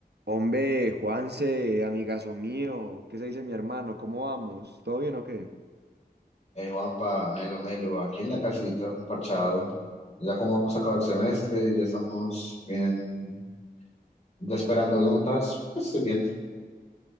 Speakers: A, on the right; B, on the left.
A: Hombre, Juanse, amigazo mío, ¿qué se dice mi hermano? ¿Cómo vamos? ¿Todo bien o qué?
B: Hey Juanpa, Melo, Melo, aquí en la casita, parchado. Ya como vamos a acabar el semestre y ya estamos bien, ya esperando notas, pues estoy bien.